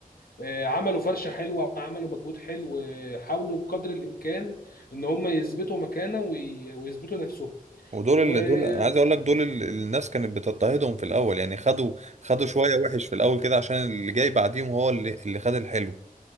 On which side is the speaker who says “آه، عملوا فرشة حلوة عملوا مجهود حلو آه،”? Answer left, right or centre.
Left